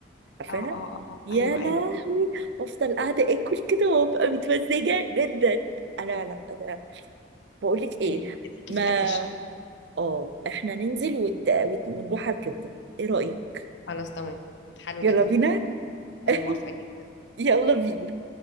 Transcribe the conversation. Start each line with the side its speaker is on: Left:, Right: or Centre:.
Right: عارفاها
Left: اه اه اه
Right: يا
Left: ايوه
Right: لهوي
Left: ايوه
Right: افضل قاعدة اكل كده وابقى متمزجة جدا انا لا أنا بقول لك ايه
Left: ليك- ليكي
Right: ما
Left: في الأكل الشعبي
Right: اه احنا ننزل ونروح وت... وت- ونروح على الكبدة ايه رأيك
Left: خلاص تمام حلو
Right: يلا
Left: جدا
Right: بينا
Left: انا موافقة
Right: <laughs>
Left: جدا
Right: يلا بينا